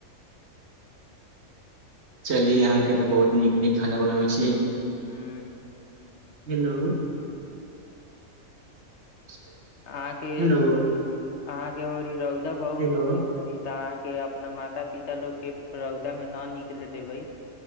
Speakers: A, on the left (about 55°); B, on the right (about 50°).
A: <unintelligible>
B: चलि यहां के तऽ बहुत नीक नीक खाना बनाबे छी यै
A: हूं
B: हेलो <unintelligible>
A: अहाँके
B: हेलो
A: अहाँके र ई रौदा बहुत
B: हेलो
A: उगे छै तऽ अहाँके अपना माता पिता लोग के रौदा मे ना निकल देबै